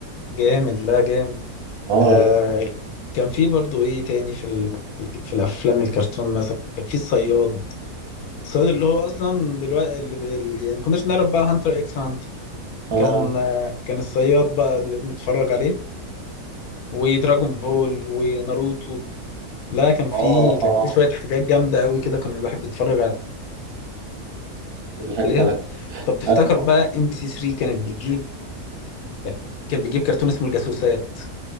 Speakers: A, on the left; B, on the right.
A: جامد لا جامد
B: اه
A: آه
B: لا
A: كان في برضو ايه تاني في ال... في الك- في الافلام الكرتون مثلا كان في الصياد الصياد اللي هو اصلا دلوقتي اللي اللي- يعني ما كناش نعرف بقى هانتر اكس هانتر
B: اه
A: كان آه كان الصياد بقى اللي بنتفرج عليه ودراجون بول وناروتو لا كان في
B: اه
A: كان
B: اه
A: في شوية حاجات جامدة قوي كده كان الواحد بيتفرج
B: كل حاجه
A: عليها
B: كانت
A: طب تفتكر
B: انا
A: بقى ام بي سي 3 كانت بتجيب يعني كان بيجيب كرتون اسمه الجاسوسات